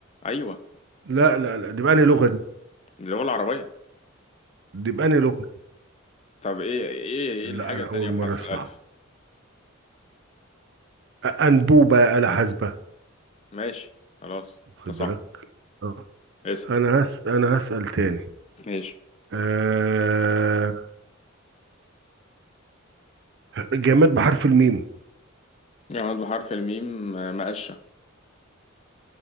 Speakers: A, on the left (about 30°); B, on the right (about 55°).
A: أيوة
B: لا لا لا دي بأنهي لغة دي؟
A: باللغة العربية
B: دي بأنهي لغة؟
A: طب إيه إيه إيه
B: لا
A: الحاجة
B: أنا
A: التانية
B: أول
A: بحرف
B: مرة أسمعها
A: الألف
B: أ- أنبوبة يا آلة حاسبة
A: ماشي خلاص
B: خد
A: أنت صح
B: بالك أه.
A: اسأل
B: أنا هس... أنا هسأل تاني
A: ماشي
B: أه... جماد بحرف الميم
A: جماد بحرف الميم آه، مقشة